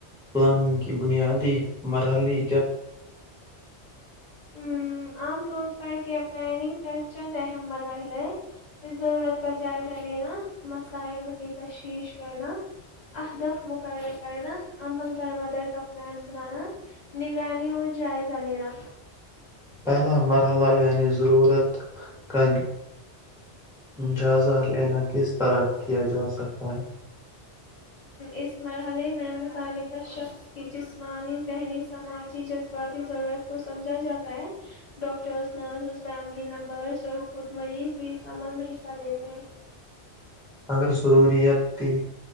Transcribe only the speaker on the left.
ا عام طور پر کیا پلاننگ کا چند اہم مراحل ہے ضرورت کا جائزہ لینا مسائل کی تشخیش کرنا اہدف مقرر کرنا عمل درم در کا پلان بنانا نگرانی اور جائزہ لینا
اس مرحلے میں متعلقہ شخص کی جسمانی ذہنی سماجی جذباتی ضرورت کو سمجھا جاتا ہے ڈاکٹرس نرسز فیملی ممبرس اور خود مریض بھی اس عمل میں حصہ لیتے ہیں